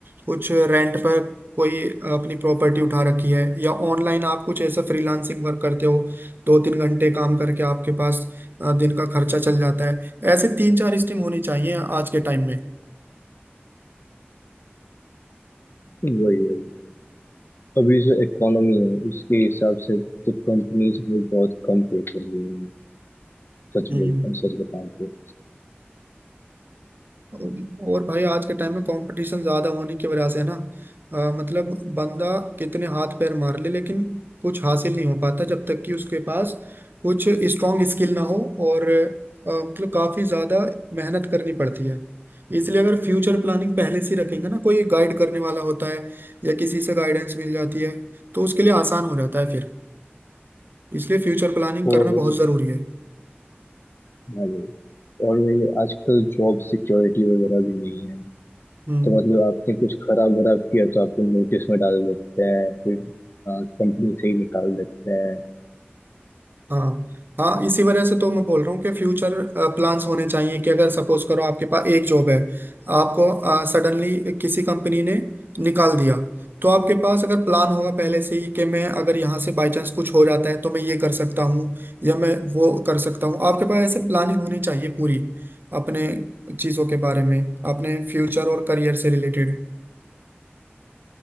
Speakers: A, on the right (about 55°); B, on the left (about 65°).
A: कुछ रेंट पर कोई अपनी प्रॉपर्टी उठा रखी है या ऑनलाइन आप कुछ ऐसा फ्रीलांसिंग वर्क करते हो दो तीन घंटे काम करके आपके पास अ, दिन का खर्चा चल जाता है ऐसे तीन चार स्ट्रीम होनी चाहिए आज के टाइम में
B: वही वही अभी जो इकोनॉमी है उसके हिसाब से तो कंपनीज में बहुत कम पे कर रही हैं सच
A: हम्म
B: बोल सच बताऊं तो
A: और भाई आज के टाइम में कंपटीशन ज्यादा होने की वजह से ना अ, मतलब बंदा कितने हाथ पैर मार ले लेकिन कुछ हासिल नहीं हो पाता जब तक कि उसके पास कुछ स्ट्रांग स्किल ना हो और अ, मतलब काफी ज्यादा मेहनत करनी पड़ती है इसलिए अगर फ्यूचर प्लानिंग पहले से ही रखेंगे ना कोई गाइड करने वाला होता है या किसी से गाइडेंस मिल जाती है तो उसके लिए आसान हो जाता है फिर इसलिए फ्यूचर प्लानिंग
B: और
A: करना
B: वही
A: बहुत जरूरी है
B: हाँ वही और वही आजकल जॉब सिक्योरिटी वगैरह भी नहीं है
A: हम्म
B: तो मतलब आपने कुछ खराब वराब किया तो आपको नोटिस में डाल देते हैं फिर कंपनी से ही निकाल देते हैं
A: हाँ हाँ इसी वजह से तो मैं बोल रहा हूँ कि फ्यूचर प्लान्स होने चाहिए कि अगर सपोज करो आपके पास एक जॉब है आपको सडनली किसी कंपनी ने निकाल दिया तो आपके पास अगर प्लान होगा पहले से ही कि मैं अगर यहाँ से बाय चांस कुछ हो जाता है तो मैं ये कर सकता हूँ या मैं वो कर सकता हूँ आपके पास ऐसे प्लानिंग होनी चाहिए पूरी अपने चीज़ों के बारे में अपने फ्यूचर और करियर से रिलेटेड